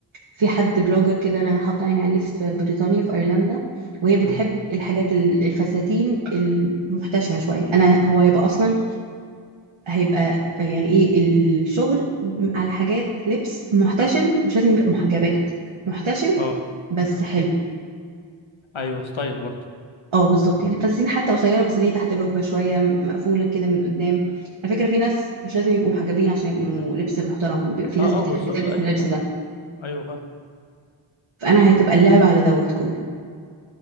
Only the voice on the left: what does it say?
امم
اه
ايوه ستايل برضو
اه
اه بالظبط
ايوه
طبعا
ايوه فاهم